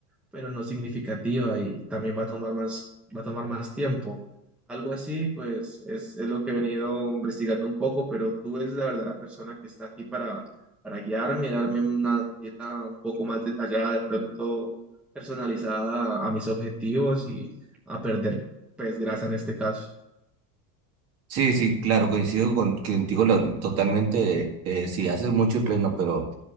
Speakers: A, in the centre; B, on the right.
A: pero no significativa y también va a tomar más, va a tomar más tiempo. Algo así, pues es, es lo que he venido investigando un poco, pero tú eres la verdadera persona que está aquí para, para guiarme y darme una dieta un poco más detallada, de pronto personalizada a, a mis objetivos y a perder, pues, grasa en este caso.
B: Sí, sí, claro, coincido con, contigo lo- totalmente. eh, si haces mucho entreno, pero